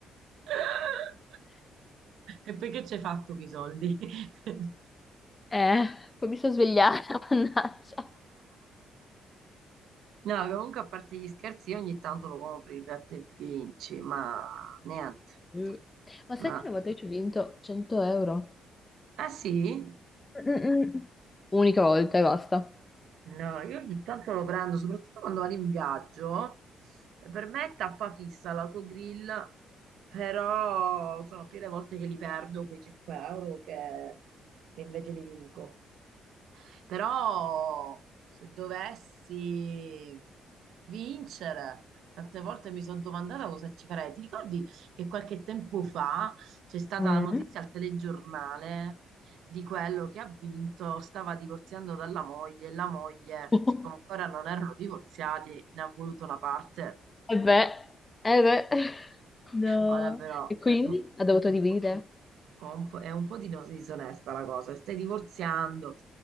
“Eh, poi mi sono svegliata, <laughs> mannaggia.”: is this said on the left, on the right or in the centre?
Left